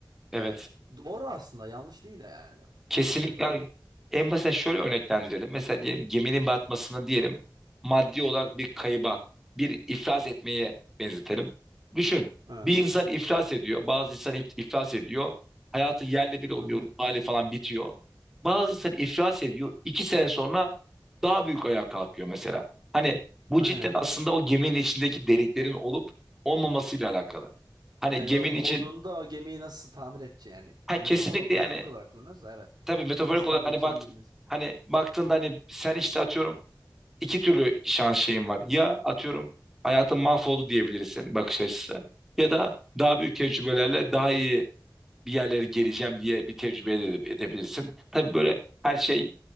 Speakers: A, in the centre; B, on the right (about 70°).
A: Evet.
B: Evet. Doğru aslında. Yanlış değil yani.
A: Kesinlikle
B: Düşündüğün zaman.
A: abi. en basit şöyle örneklendirelim. Mesela diyelim geminin batmasını diyelim maddi olarak bir kayıba, bir iflas etmeye benzetelim. Düşün
B: Evet.
A: bir insan iflas ediyor, bazı insan if- iflas ediyor. Hayatı yerle bir oluyor,
B: Hı hı.
A: ruh hali falan bitiyor. Bazı insan iflas ediyor, iki sene sonra daha büyük ayağa kalkıyor mesela. Hani bu
B: Aynen.
A: cidden aslında o geminin içindeki deliklerin olup olmamasıyla alakalı. Hani
B: E,
A: geminin
B: olduğunda
A: için
B: o gemiyi nasıl tamir edeceği yani
A: ha,
B: metafor
A: kesinlikle
B: ol- metaforik
A: yani
B: olarak kullanıyoruz da evet.
A: tabii metaforik
B: O nasıl
A: olarak
B: tamir
A: hani
B: edeceğini
A: baktın
B: bilmesin.
A: hani baktığında hani sen işte atıyorum iki türlü şans şeyin var. Ya atıyorum hayatın mahvoldu diyebilirsin bakış açısı ya da daha büyük tecrübelerle daha iyi bir yerlere geleceğim diye bir tecrübe ede- edebilirsin. Tabii böyle her şey